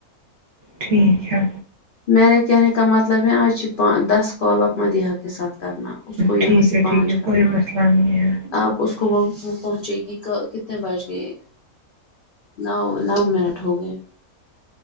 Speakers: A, on the right (about 60°); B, on the left (about 70°).
A: ٹھیک ہے
B: میرے کہنے کا مطلب ہے آج پا دس کال آپ مدیحہ کے ساتھ کرنا اس کو
A: ٹھیک
B: یہاں سے
A: ہے
B: پانچ
A: ٹھیک ہے
B: کرنا
A: کوئی مسئلہ نہیں ہے
B: آپ اس کو وہ پہنچے گی کا کتنے بج گئے نو نو منٹ ہو گئے